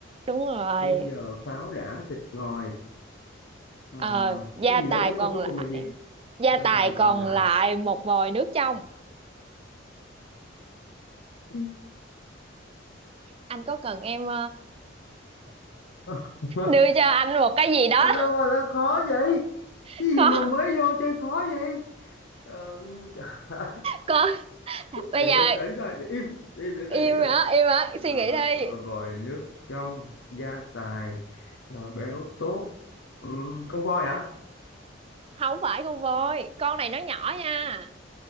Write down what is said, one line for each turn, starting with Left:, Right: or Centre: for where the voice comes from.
Right: đúng rồi
Left: bây giờ pháo đã tịt ngòi Ờ,
Right: ờ gia
Left: cái gì
Right: tài
Left: nữa cái
Right: còn
Left: câu cuối
Right: lại
Left: cùng là gì
Right: gia
Left: gia
Right: tài
Left: tài còn
Right: còn
Left: lại
Right: lại một vòi nước trong
Left: Ừ.
Right: anh có cần em ờ,
Left: <laughs>
Right: đưa cho anh một cái gì đó
Left: sao mà nó khó vậy
Right: <laughs>
Left: cái gì
Right: không
Left: mà mới vô chơi khó vậy Ờ, <laughs>
Right: con bây
Left: để
Right: giờ
Left: bình tĩnh coi để im im để
Right: im
Left: ta nghĩ coi
Right: hả im hả
Left: Ờ,
Right: suy nghĩ đi
Left: cỡ vòi nước trong gia tài ờ, béo tốt ừ, con voi hả
Right: không phải con voi con này nó nhỏ nha